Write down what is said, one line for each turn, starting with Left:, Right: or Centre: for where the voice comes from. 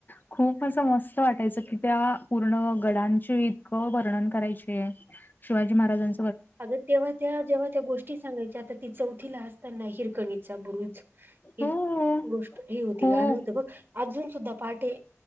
Left: खूप असं मस्त वाटायचं की त्या पूर्ण गडांचे इतकं वर्णन करायचे शिवाजीहाराजां
Right: अगं तेव्हा त्या जेव्हा त्या गोष्टी सांगायच्या आता ती चौथीला असताना हिरकणीचा बुरुज ह
Left: हो.
Right: गोष्ट ही होती
Left: खूप
Right: घाणं होत बघ अजून सुद्धा पहाटे